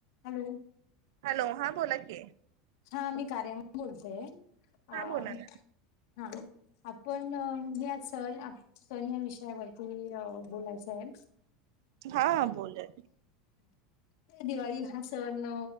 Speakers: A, on the left; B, on the right.
A: Hello.
B: Hello. हां, बोला की.
A: हा, मी कार्या मधून बोलते. अं
B: हा बोला ना.
A: हा, आपण या <unintelligible> सण या विषयावरती बोलायचंय.
B: हा हा बोलूया.
A: दिवाळी हा सण